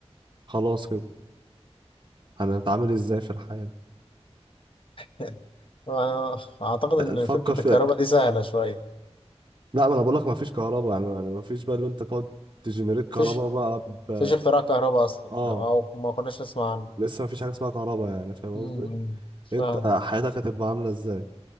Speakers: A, on the right; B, on the left.
A: خلاص كده هنتعامل إزاي في الحياة
B: <laughs> اعتقد ان
A: فكر
B: فكره
A: فيها
B: الكهرباء دي سهله شويه
A: لا ما أنا بقولك مفيش كهرباء يعني يعني مفيش بقى اللي أنت تقعد تجنريت كهرباء
B: مفيش
A: بقى ب
B: مفيش اختراع كهرباء اصلا
A: اه
B: يعني او ما كناش نسمع عنه
A: لسه مفيش حاجه اسمها كهرباء يعني فاهم
B: أمم،
A: قصدي
B: فاهم
A: انت حياتك هتبقى عامله ازاي